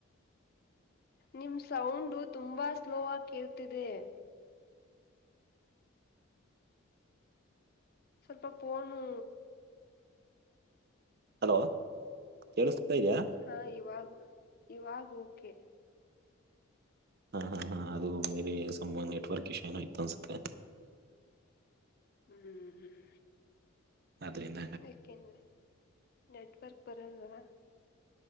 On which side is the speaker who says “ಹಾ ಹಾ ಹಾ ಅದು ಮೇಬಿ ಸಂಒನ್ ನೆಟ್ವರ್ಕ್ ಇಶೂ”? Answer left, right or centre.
Right